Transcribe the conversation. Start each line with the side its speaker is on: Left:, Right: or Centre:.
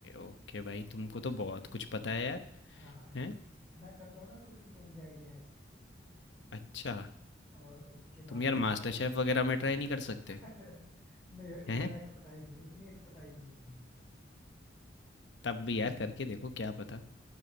Left: ओके भाई तुमको तो बहुत कुछ पता है यार।
Centre: हाँ
Left: हैं?
Centre: मैं करता हूँ ना कुकिंग तो मुझे आइडिया है
Left: अच्छा,
Centre: और उसके
Left: तुम
Centre: बाद
Left: यार मास्टर
Centre: <laughs>
Left: शेफ़ वगैरह में ट्राई नहीं कर सकते?
Centre: नहीं उतना
Left: हैं?
Centre: एक्सपर्टाइज नहीं उतनी एक्सपर्टाइज नहीं है मेरी
Left: तब भी यार करके देखो क्या पता।